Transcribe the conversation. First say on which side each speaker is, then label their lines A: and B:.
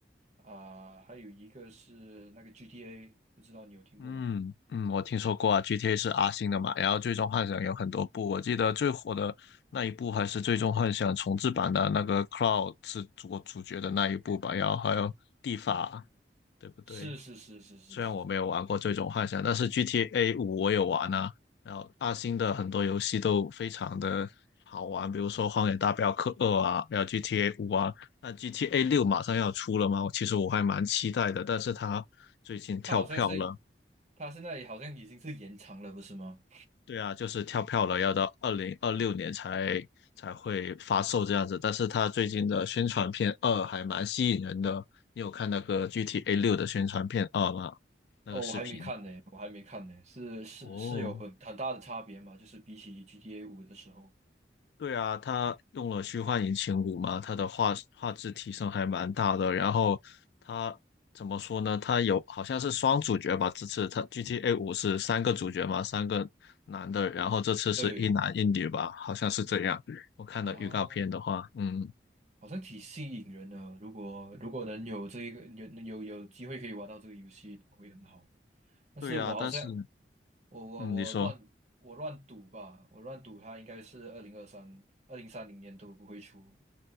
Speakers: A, on the right; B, on the left.
A: 啊、还有一个是那个 GTA，不知道你有听过吗？
B: 嗯嗯，我听说过啊，GTA 是阿星的嘛，然后《最终幻想》有很多部，我记得最火的那一部还是《最终幻想》重制版的那个 Cloud 是主主角的那一部吧，然后还有蒂法，对不对？
A: 是是是是是是是，
B: 虽然我没有玩过《这种幻想》，但是 GTA 五我有玩啊。然后阿星的很多游戏都非常的好玩，比如说《荒野大镖客二》啊，还有 GTA 五啊。那 GTA 六马上要出了吗？其实我还蛮期待的，但是它最近跳票了。
A: 它好像是，它现在好像已经是延长了，不是吗？
B: 对啊，就是跳票了，要到二零二六年才才会发售这样子。但是它最近的宣传片二还蛮吸引人的，你有看那个 GTA 六的宣传片二吗？那个视频？
A: 哦，我还没看呢，我还没看呢，是是是有很很大的差别嘛，
B: 哦，
A: 就是比起 GTA 五的时候，
B: 对啊，它用了虚幻引擎五嘛，它的画画质提升还蛮大的。然后它怎么说呢？它有好像是双主角吧，这次它 GTA 五是三个主角嘛，三个男的，然后这次是一男一女吧，
A: 对
B: 好像是这样。我看的预告片的话，
A: 啊。
B: 嗯，
A: 好像挺吸引人的。如果如果能有这一个有有有机会可以玩到这个游戏，会很好。但是我好像
B: 对啊，但是
A: 我我我乱我乱赌吧，
B: 嗯，你说。
A: 我乱赌它应该是二零二三二零三零年都不会出，